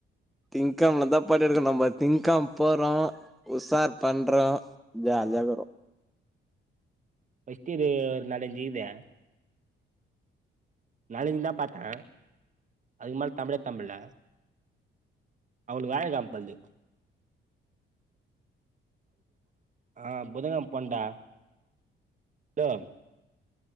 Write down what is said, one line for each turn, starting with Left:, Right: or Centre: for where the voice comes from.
Centre: திங்கம்ல இருந்தா படோ எடுக்கனு நம்ப திங்கம் போறோ உஷார் பண்றோ ஜாலியாகுரோ
Right: ஃபர்ஸ்ட் இயரு ஒரு நாள லீவு நாலு அஞ்சு தா பாத்தே அதுக்கு மேல தமிழேத்தம் இல்ல அவுளுக்கு வியாழக்கெழம பொழ்து ஆ புதன்கெழம் போண்டா டாம்